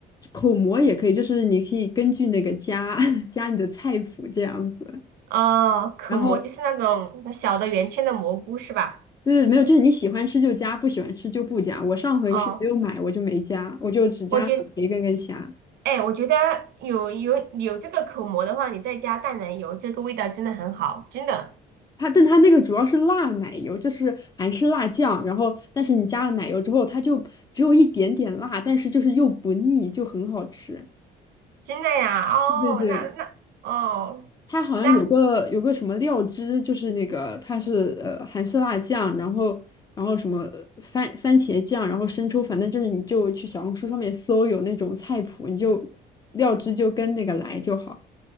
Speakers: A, on the left; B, on the right.
A: 口蘑也可以，就是你可以根据那个加 <laughs> 加你的菜谱这样子，
B: 哦，口蘑就是那种小的圆圈的蘑菇是吧？
A: 然后就是没有，就是你喜欢吃就加，不喜欢吃就不加。我上回是没有买，
B: 哦，
A: 我就没加，我就只加了培根跟虾。
B: 我觉，哎，我觉得有有有这个口蘑的话，你再加淡奶油，这个味道真的很好，真的。
A: 它，但它那个主要是辣奶油，就是韩式辣酱，然后但是你加了奶油之后，它就只有一点点辣，但是就是又不腻，就很好吃。
B: 真的呀？哦，
A: 对对对。
B: 那那哦，
A: 它好像有个有个什么料汁，
B: 那
A: 就是那个它是呃韩式辣酱，然后然后什么呃番番茄酱，然后生抽，反正就是你就去小红书上面搜有那种菜谱，你就料汁就跟那个来就好。